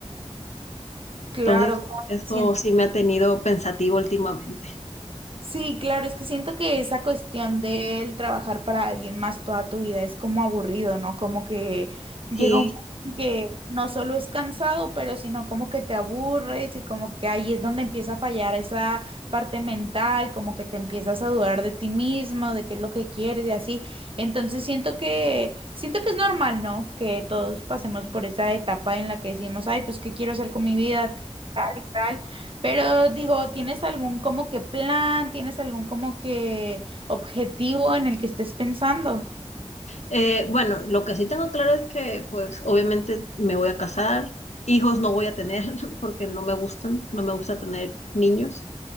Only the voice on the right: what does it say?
Claro,
claro,
siento
Sí, claro, es que siento que esa cuestión del trabajar para alguien más toda tu vida es como aburrido, ¿no? Como que llega
un punto en que no solo es cansado, pero sino como que te aburres y como que ahí es donde empieza a fallar esa parte mental, como que te empiezas a dudar de ti mismo, de qué es lo que quieres y así. Entonces siento que siento que es normal, ¿no? Que todos pasemos por esa etapa en la que decimos, "Ay, pues qué quiero hacer con mi vida?" tal y tal. Pero digo, ¿tienes algún como que plan? ¿Tienes algún como que objetivo en el que estés pensando?